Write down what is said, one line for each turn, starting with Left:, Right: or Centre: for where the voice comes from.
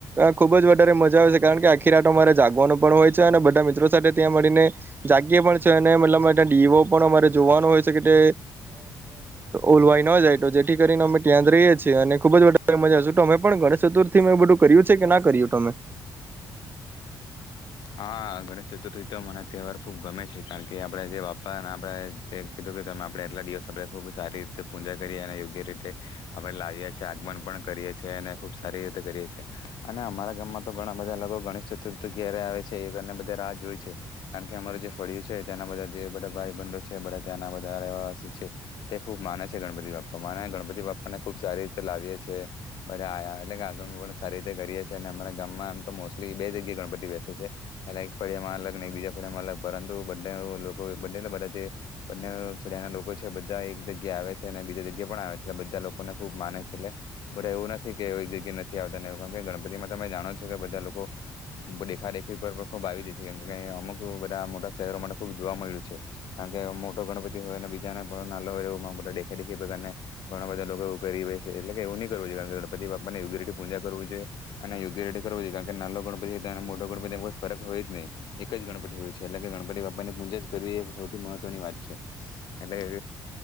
Right: ખુબ જ વધારે મજા આવે છે કારણ કે આખી રાટો મારે જાગવાનો પણ હોય છે અને બધા મિત્રો સાથે ત્યાં મળીને જાગીએ પણ છે મતલબ ડીઓ પણ અમારે જોવાનો હોય છે કે ઓલવાઈ ન જાય તો જેથી કરીને અમે ત્યાં જ રહીએ છીએ અને ખુબ જારે મજા તોમે પણ ગણેશ ચતુર્થી મે એ બધું કર્યું છે કે ના કર્યું તમે
Left: હા ગણેશ ચતુર્થી તો મરા તહેવાર ખૂબ ગમે છે કારણ કે આપણે જે બાપાને આપણે કીધું કે તમે આપણે એટલા દિવસ આપણે ખૂબ સારી રીતે પૂજા કરીએ અને યોગ્ય રીતે આપણે લાવીએ છીએ આગમન પણ કરીએ છીએ અને ખૂબ સારી રીતે કરીએ છીએ અને અમારા ગામમાં તો ઘણા બધા લોકો ગણેશ ચતુર્થી ક્યારે આવે છે છે એ કરીને બધા રાહ જોય છે કારણ કે અમારું જે ફળિું છે ત્યાંના બધા જે બધા ભાઈબંધો છે બધા ત્યાંના બધા રહેવાસી છે તે ખૂબ માને છે ગણપતિ બાપ્પા માને ગણપતિ બાપ્પાને ખૂબ સારી રીતે લાવીએ છેએધા અલગ આગળ પણ સારી રીતે કરીએ છીએ અને અરા ગામમાં આમ તો મોસ્ટલી બે જગ્યાએ ગણપતિ બેસે છે એટ એક ફળિયામાં અલગ ને એક બીજા ફળિયામાં અલગ પરંતુ બને લોકો બને બધા જે બંને ફળિયા ના લોકો છે બધા એક જગ્યા આવે છે અને બીજા જગ્યા પણ આવે છે એ બધા લોકોને ખુબ માને છે એટલે બધા એવું નથી કે એક જગ્યા નથી આવતા એ કારણ કે ગણપતિમાં તમે જાણો છો કે બધા લોકો દેખાેખ ર ખૂબ આવી જ છે કારણ અમુક બધા મોટા શહેરો માટે ખૂબ જોવા મળ્યું છે કારણ કે મોટો ગણપતિ હોય બીજાને પણ ના હોય એા દેખાઈ દેખી ઘણા બધા લોકો એવું કરી છે એટલે એવું નહી કરવ જોઈએ કાર કે ગણપતિ બાપ ને યોગ્ય રે પૂજા કરવી જોઈએ અને યોગ્ય રે કર જોઈએ કારણ કે નાલો ગણપતિ અને મોટો ફરક હોય જ નહીિ એક જ ગણપતિ હોય છે એટલે કે ગણપતિ બાપા ની પૂજા જ કરવી એ સૌથી મહત્વની વાત છે એટલે કે